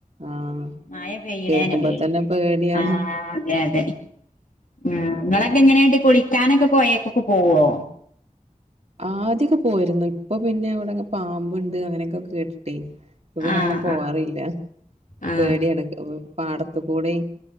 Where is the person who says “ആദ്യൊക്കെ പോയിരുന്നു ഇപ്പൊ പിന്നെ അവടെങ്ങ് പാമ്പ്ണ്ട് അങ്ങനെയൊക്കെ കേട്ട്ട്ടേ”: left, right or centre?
Right